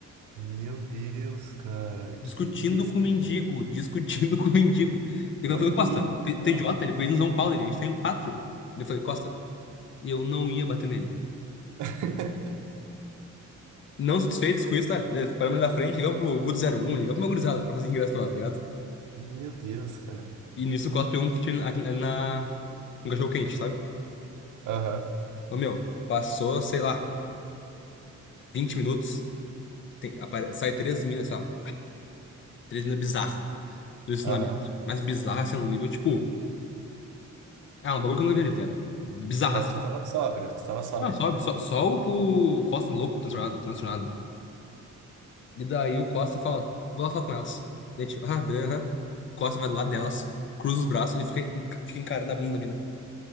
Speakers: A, on the right; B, on the left.
A: Meu Deus, cara.
B: Discutindo
A: Que isso,
B: com o mendigo,
A: velho?
B: discutindo <laughs> com o mendigo. Daí
A: Olha
B: eu falei: Costa,
A: o nível,
B: tu
A: cara.
B: tu é idiota? Ele pediu em São Paulo, ele. A gente tem quatro. Daí Eu falei: Costa, e eu não ia bater nele.
A: <laughs>
B: Não satisfeitos com isso, tá? Daí Paramos ali na frente, ligamos pro Guto zero um ligamos pra uma gurizada pra conseguir ingresso pra lá, tá ligado?
A: Meu Deus, cara.
B: E nisso o Costa pegou um kit ali ali na- um cachorro quente, sabe?
A: Aham,
B: Ô, meu, passou, sei lá, 20 minutos, tem, apare- sai três minas, sei lá, três minas bizarras do ensinamento.
A: aham.
B: Mas bizarra, assim, num nível, tipo... Ah, um bagulho que eu não veria, tá ligado? Bizarra,
A: Mas
B: assim.
A: tu tava sóbrio, tu tava sóbrio.
B: Não, sobe, só, só o, o Costa louco, transtornado, transtornado. E daí o Costa fala, vou lá falar com elas. Daí, tipo, ah, beleza. aham. Costa vai do lado delas, cruza os braços e fica, enca- fica encarando a bunda da mina.